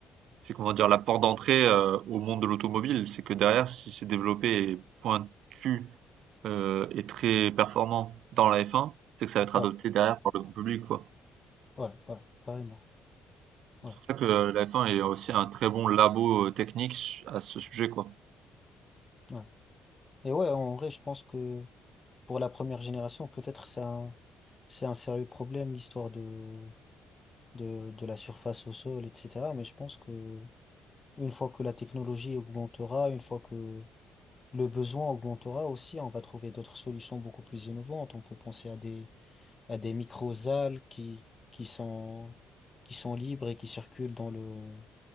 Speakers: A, on the right (about 80°); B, on the left (about 30°).
A: c'est comment dire la porte d'entrée euh, au monde de l'automobile. C'est que derrière, si c'est développé et pointu euh, et très performant dans la F1, c'est que ça va être
B: Ouais,
A: adopté derrière par le grand public, quoi.
B: ouais, ouais, carrément.
A: C'est
B: Ouais,
A: pour ça que la F1 est aussi un très bon labo euh, technique à ce sujet, quoi.
B: ouais. Et ouais, en vrai, je pense que pour la première génération, peut-être c'est un, c'est un sérieux problème, l'histoire de, de, de la surface au sol, etc. Mais je pense que une fois que la technologie augmentera, une fois que le besoin augmentera aussi, on va trouver d'autres solutions beaucoup plus innovantes. On peut penser à des, à des microalgues qui, qui sont, qui sont libres et qui circulent dans le,